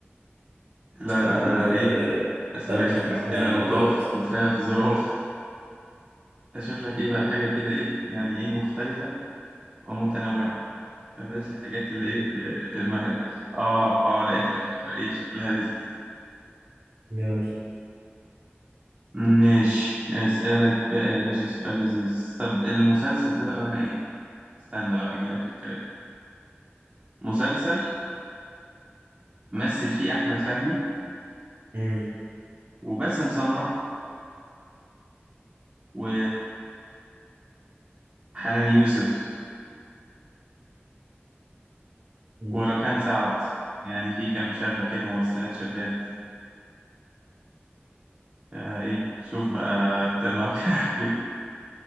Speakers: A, on the right; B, on the right.
A: لا
B: شاء
A: لا
B: الله
A: أنا إيه
B: آه،
A: أسألك
B: قلبك
A: شوية
B: يبقى
A: أسئلة
B: حنين
A: لطاف
B: دلوقتي
A: وفاف ظراف <laughs> أشوف لك إيه
B: <laughs>
A: بقى حاجة كده إيه يعني إيه مختلفة ومتنوعة بلاش الحاجات اللي إيه المهرة آه آه لقيت لك فكرة إيه شكلها رزق
B: يلا
A: ماشي اسألك بقى يا باشا سؤال لذيذ طب المسلسل ده بقى معناه ايه استنى بقى اجيلك في الكلام مسلسل مثل فيه احمد فهمي
B: مم.
A: وباسم سمرة و حنان يوسف
B: مم.
A: وركان سعد يعني في كام شابة كده ممثلات شابات آه ايه شوف بقى أنت دماغك <laughs> رايحة فين.